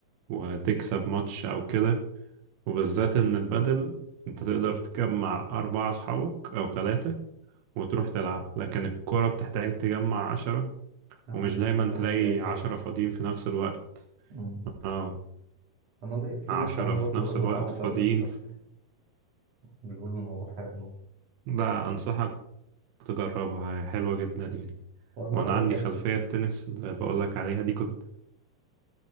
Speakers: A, on the right; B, on the right.
A: وتكسب ماتش أو كده وبالذات ان البدل انت تقدر تجمع اربعة اصحابك او ثلاثة وتروح تلعب لكن الكرة بتحتاج تجمع عشرة
B: اه
A: ومش دايما
B: انت
A: تلاقي
B: من فرقتين
A: عشرة فاضيين في نفس الوقت
B: أمم.
A: اه
B: انا ليا- في
A: عشرة
B: ناس صحابي
A: في
B: برضه
A: نفس
B: بيروحوا
A: الوقت
B: يلعبوا
A: فاضيين
B: بادل بس بيقولوا الموضوع حلو أوي.
A: لا انصحك تجربها هي حلوة جدا يعني
B: والله
A: وانا
B: انا
A: عندي
B: بكسل
A: خلفية التنس اللي بقولك عليها دي كنت